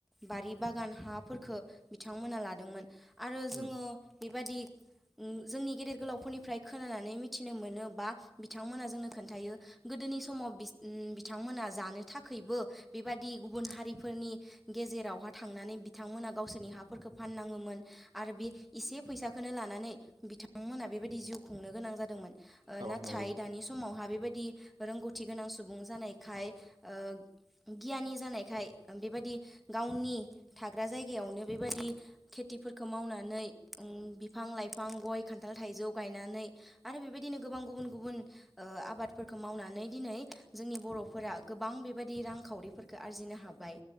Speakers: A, in the centre; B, on the right.
A: बारि बागान हाफोरखो बिथांमोना लादोंमोन। आरो जोङो
B: उम
A: बेबादि ओ जोंनि गेदेर गोलावफोरनिफ्राय खोनानानै मिथिनो मोनो बा बिथि बिथांमोना जोंनो खोन्थायो गोदोनि समाव बिसथ उ बिथांमोना जानो थाखैबो बेबादि गुबुन हारिफोरनि गेजेरावहा थांनानै बिथांमोना गावसोरनि हाफोरखो फाननाङोमोन। आरो बे एसे फैसाखोनो लानानै बिथांमोना बेबायदि जिउ खुंनो गोनां जादोंमोन। ओ
B: औ
A: नाथाय
B: नंगौ
A: दानि समावहा बेबादि दि रोंगौथि गोनां सुबुं जानायखाय ओ गियानि जानायखाय बेबादि गावनि थाग्रा जायगायावनो बेबादि खेथिफोर खो मावनानै उं बिफां लाइफां गय, खान्थाल, थाइजौ गायनानै आरो बेबायदिनो गोबां गु गुबुन गुबुन ओ आबादफोरखो मावनानै दिनै जोंनि बर'फोरा गोबां बेबादि रांखावरिफोरखौ आरजिनो हाब बाय।